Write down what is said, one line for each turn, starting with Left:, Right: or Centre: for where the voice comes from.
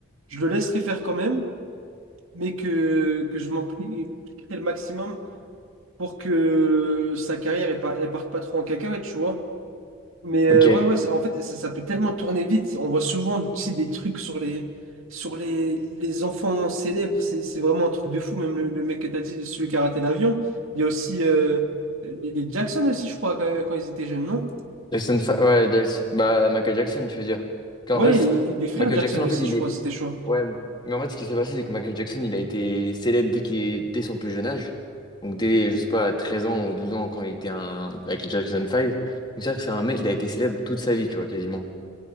Right: je le laisserai faire quand même, mais que, que je m'impliquerai le maximum pour que sa carrière ne parte pas trop en cacahuète, tu vois. Mais
Left: Ok.
Right: euh, ouais, ouais, ça- en fait, ça, ça peut tellement tourner vite. On voit souvent, tu sais, des trucs sur les, sur les, les enfants célèbres. C'est, c'est vraiment un truc de fou. Même le, le mec que t'as dit, celui qui a raté l'avion. Il y a aussi euh, les, les Jackson aussi, je crois, quand, quand ils étaient jeunes, non?
Left: Jackson, Fa- ouais, Jackson- bah, Michael Jackson, tu veux dire. Qu'en
Right: Ouais,
Left: vrai, c'est
Right: et,
Left: ça.
Right: et des frères
Left: Michael
Right: Jackson
Left: Jackson, en
Right: aussi,
Left: fait, il
Right: je crois,
Left: est.
Right: c'était chaud.
Left: Ouais, mais en fait, ce qui s'est passé, c'est que Michael Jackson, il a été célèbre dès qu'il est- dès son plus jeune âge. Donc, dès, je sais pas, 13 ans ou 12 ans, quand il était un Michael Jackson 5. Donc, c'est-à-dire que c'est un mec, il a été célèbre toute sa vie, tu vois, quasiment.